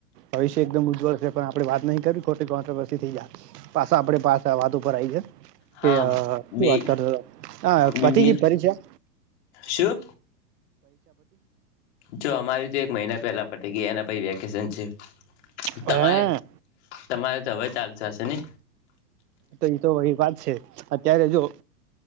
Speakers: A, on the right; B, on the left.
A: ભવિષ્ય એકદમ ઉજ્જવળ છે. પણ આપણે વાત નહીં કરી ખ ખોતે <unintelligible> વર્સથી થઈ જહે. પાછા આપડે પાસા વા તો. બરાઈ છે.
B: હા
A: કે શું
B: બી
A: વાત કરતો હતો
B: બીબીએ
A: હ પતિજી પરીશા.
B: શું જો અમારી તો એક મહિના પેલા પતી ગઈ એના પહિ વેકેશન છે.
A: ગઈ
B: તમારે
A: હા
B: તમારે તો હવે ચાલુ થશે ને.
A: તો એ તો વહી વાત છે અત્યારે જો